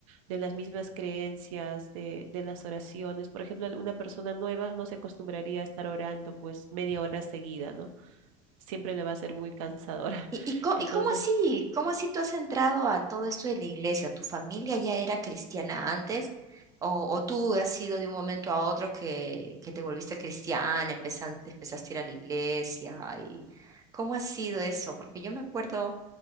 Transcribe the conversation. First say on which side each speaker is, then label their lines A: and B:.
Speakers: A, on the right; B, on the right.
A: de las mismas creencias, de, de las oraciones. Por ejemplo, una persona nueva no se acostumbraría a estar orando pues media hora seguida, ¿no? Siempre le va a ser muy cansadora.
B: ¿Y,
A: <laughs>
B: y, co-
A: Entonces...
B: y cómo así? ¿Cómo así tú has entrado a todo esto de la iglesia? ¿Tu familia ya era cristiana antes? ¿O, o tú has sido de un momento a otro que, que te volviste cristiana, empezan- empezaste a ir a la iglesia? ¿Y cómo ha sido eso? Porque yo me acuerdo